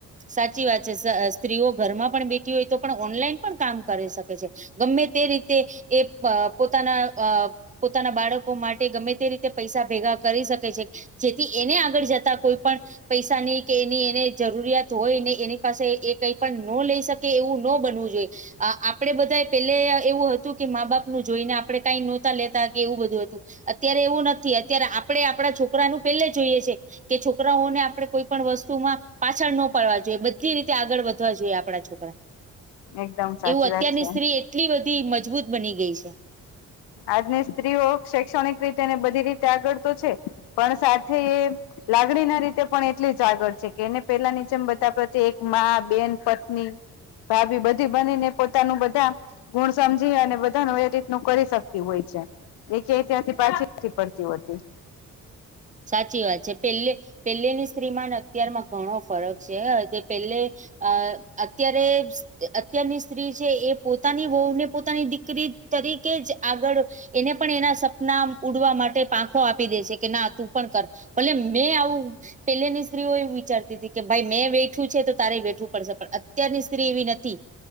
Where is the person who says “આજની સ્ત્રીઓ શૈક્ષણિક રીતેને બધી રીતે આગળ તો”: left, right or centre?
Left